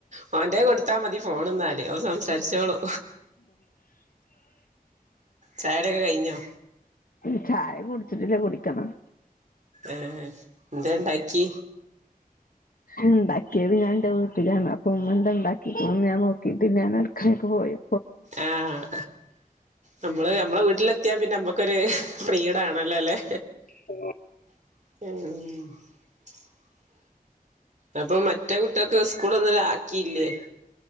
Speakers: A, on the right; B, on the left.
A: മോന്റെ കൊടു കൊടുത്താമതി ഫോൺ എന്നാല് ഒൻ സംസാരിച്ചോളൂ ചായടിക്കെ കഴിഞ്ഞോ?
B: ഈ ചായ കുടിച്ചിട്ടില്ല കുടിക്കണം
A: ഏർ എന്താ ഉണ്ടാക്കി.
B: ഉണ്ടാക്കിയത് ഞാൻ എന്റെ വീട്ടിലാണ്. അപ്പ ഉമ്മ എന്ത ഉണ്ടാക്കിന്ന് ഞാൻ നോക്കിട്ട് ഞാൻ അടുക്കേക്ക് പോയിയ
A: ആഹ നമ്മള് നമ്മളെ വീട്ടിലെത്തിയാ പിന്നെ നമ്മുക്കൊരു പ്രീട ആണല്ലേ അല്ലെ?
B: ആ
A: ഉം അപ്പൊ മറ്റേ കുട്ടികൊക്ക് സ്കൂൾ ഒന്ന് ആക്കിയില്ലേ?